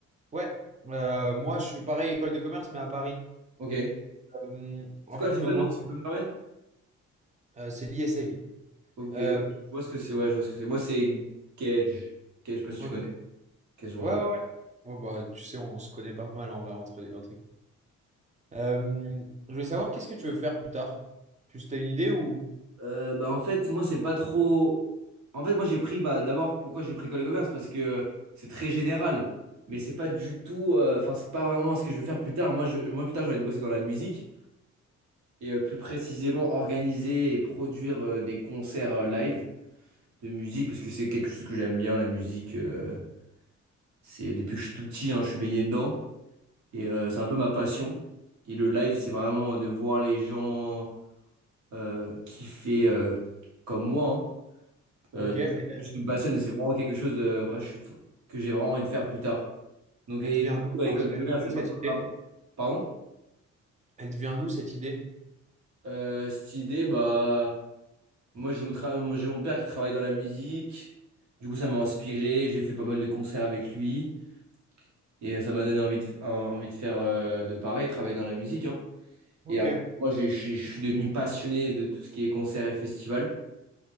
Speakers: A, on the right; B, on the right.
A: Ouais, euh, moi je suis pareil, école de commerce, mais à Paris.
B: Ok. C'est
A: Euh, en
B: quoi,
A: fait, je
B: c'est
A: me
B: quoi
A: demandais,
B: le nom, si tu peux me permettre?
A: euh, c'est l'ISEG.
B: Ok,
A: Euh,
B: je vois ce que c'est, ouais, je vois ce que c'est. Moi, c'est Cage. Cage, je sais pas si
A: ok.
B: tu connais.
A: Ouais,
B: Cage Bordeaux.
A: ouais, ouais. Bon, bah, tu sais, on se connaît pas mal en vrai entre, entre... Euh, je voulais savoir, qu'est-ce que tu veux faire plus tard? Tu as une idée ou...
B: Euh, bah, en fait, moi, c'est pas trop. En fait, moi, j'ai pris, bah, d'abord, pourquoi j'ai pris école de commerce? Parce que c'est très général, mais c'est pas du tout. euh, Enfin, c'est pas vraiment ce que je veux faire plus tard. Moi, je, moi plus tard, j'ai envie de bosser dans la musique. et euh, plus précisément organiser et produire euh, des concerts euh, live de musique parce que c'est quelque chose que j'aime bien, la musique. euh, c'est depuis que je suis tout petit, hein, je suis baigné dedans et euh, c'est un peu ma passion. Et le live, c'est vraiment de voir les gens euh, kiffer euh, comme moi. hein.
A: Ok,
B: Euh,
A: mais elle
B: je me passionne et c'est vraiment quelque chose de vrai je suis- que j'ai vraiment envie de faire plus tard. Donc,
A: elle
B: et,
A: te vient d'où?
B: à l'école
A: Enfin,
B: de
A: Elle
B: commerce,
A: te vient
B: c'est
A: d'où cette
B: pas trop
A: idée?
B: le rapport. Pardon?
A: Elle te vient d'où cette idée?
B: Euh, cette idée, bah. Moi, j'ai mon, tra- moi, j'ai mon père qui travaille dans la musique. Du coup, ça m'a inspiré. J'ai fait pas mal de concerts avec lui. Et euh, ça m'a donné envie de, en- envie de faire euh, de pareil, travailler dans la musique. hein.
A: Ok,
B: Et après, moi, j'ai- j'ai- je suis devenu passionné de tout ce qui est concerts et festivals.